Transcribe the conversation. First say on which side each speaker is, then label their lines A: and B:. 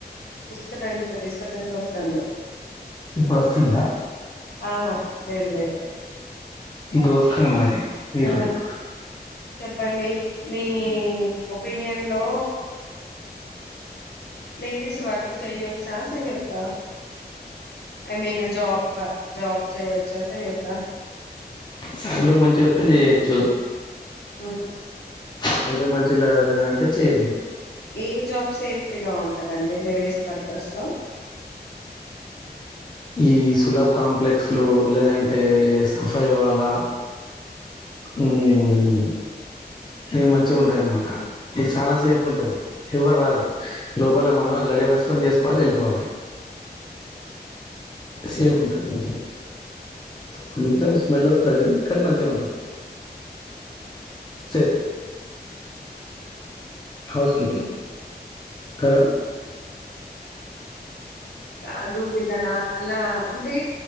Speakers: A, on the left; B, on the left.
A: చెప్పండి స డిస్టబెన్స్ వస్త్ సన్ డే
B: ఇప్పుడు వస్తుందా
A: ఆహా లేదు లేదు
B: దోసకాయ మాది ఈరోజు
A: ఆ చెప్పండి మీ ఒపీనియన్ లో లేడీస్ వర్క్ చేయొచ్చా చెయద్దా ఐ మీన్ జాబ్ జాబ్ చేయొచ్చా చెయొద్దా
B: సాలరి మంచిగా వస్తే చేయచ్చు
A: మ్మ్
B: సాలరీ మంచిగా లే లేదంటే చేయొద్దు
A: ఏ జాబ్ సేఫ్టీ గా ఉంటదండి లేడీస్ పర్పస్ లో
B: ఈ సులాబ్ కాంప్లెక్సులు లేదంటే సఫై వాళా హ్మ్మ్ ఇవి మంచిగా ఉంటాయి అనమాట ఇది చాలా సేఫ్ ఉంటది ఎవరు రారు లోపల మనమే గడియం వేసుకొని చేసుకోవాలి వెళ్ళిపోవాలి సేఫ్ ఉంటది కొంచెం కొంచెం స్మెల్ వస్తది కానీ మంచిగానే ఉంటది సేఫ్ హౌస్ కీపింగ్ కదా
A: కాదు నిన్న నా అలా అంటే